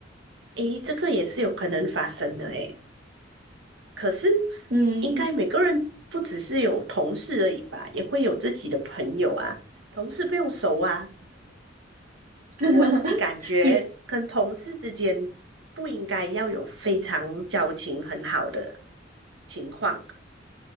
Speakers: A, on the right (about 70°); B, on the right (about 50°).
A: 诶，这个也是有可能发生的诶。可是，
B: 嗯，
A: 应该每个人不只是有同事而已吧，也会有自己的朋友啊。同事不用熟啊，
B: <laughs>
A: 我自己感觉跟同事之间不应该要有非常交情很好的
B: 也是，
A: 情况。